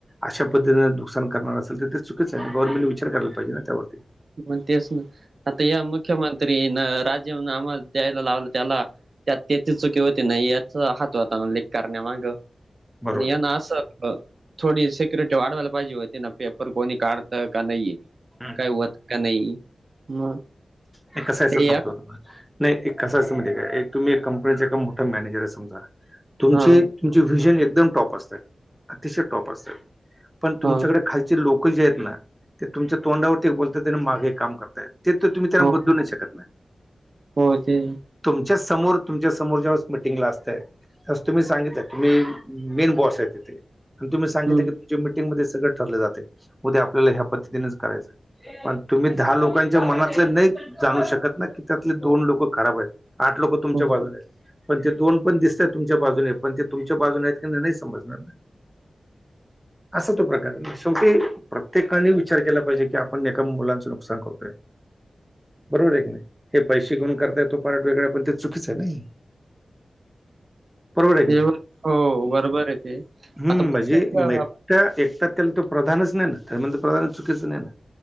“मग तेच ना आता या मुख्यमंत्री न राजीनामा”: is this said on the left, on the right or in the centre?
Right